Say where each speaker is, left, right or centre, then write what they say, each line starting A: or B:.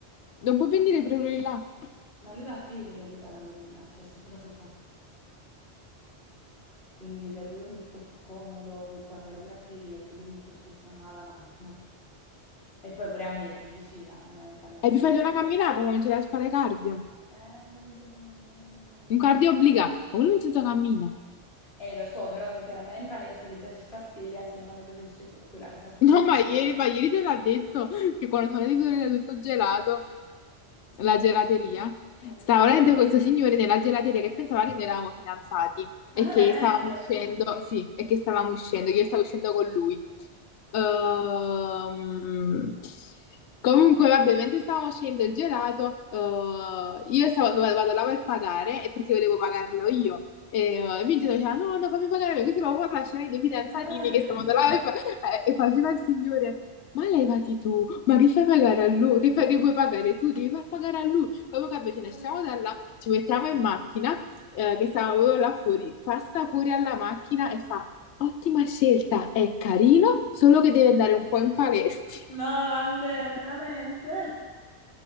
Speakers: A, on the left (about 80°); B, on the left (about 65°).
A: non puoi venire proprio di là.
B: Ma lui va a piedi, capito, alla gorilla, cioè sotto casa sua. Quindi per lui è molto più comodo che può andare pure a piedi perché lui molto spesso non ha la macchina. E poi pure a me è più vicina, fondamentalmente.
A: E vi fate una camminata, cominciate a fare cardio.
B: Eh, ma Vincenzo non me
A: Un cardio obbligato, ma quello non senza cammina.
B: Eh, lo so, però se per andare in palestra che già si fa steria, secondo me preferisci que- quella che sta sotto
A: No,
B: casa
A: ma ieri,
B: tua.
A: ma ieri te l'ha detto che quando sono di quello era tutto gelato.
B: No,
A: La
B: no,
A: gelateria?
B: no. Eh,
A: Stava
B: che te- <laughs>
A: veramente questo signore nella gelateria che pensava che noi eravamo fidanzati e
B: Ah,
A: che
B: veramente?
A: stavamo uscendo, sì, e che stavamo uscendo, che io stavo uscendo con lui. Ehm, comunque, vabbè, mentre stavamo uscendo il gelato, eh, io stavo, vado, vado là per pagare e perché volevo pagarlo io. E eh, e mi diceva, no, no, fammi pagare, io, quindi proprio lascerai dei fidanzatini
B: Eh.
A: che stavano là e, fa- eh, e faceva il signore. Ma levati tu, ma li fai pagare a lui, che fai che vuoi pagare tu? Devi far pagare a lui. Comunque vabbè, ce
B: Eh.
A: ne stiamo da là, ci mettiamo in macchina, eh, che stavo proprio là fuori, passa fuori alla macchina e fa, ottima scelta, è carino, solo che deve andare un po' in palestra.
B: No, vabbè,
A: <laughs>
B: veramente?